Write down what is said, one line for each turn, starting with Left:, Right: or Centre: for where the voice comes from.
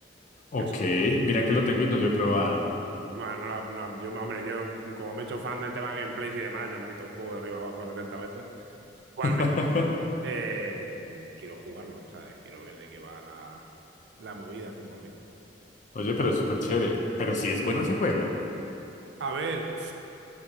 Left: Ok,
Right: Que es-
Left: mira que lo tengo y no lo he probado.
Right: bueno, no la- no la- yo, hombre, yo como me he hecho fan del tema gameplays y demás, ya me he visto el juego de arriba abajo 70 veces. Igualmente,
Left: <laughs>
Right: eh, quiero jugarlo, ¿sabes? Quiero ver de qué va la, la movida 100%.
Left: Oye, pero es súper chévere. Pero sí es bueno ese juego.
Right: A ver.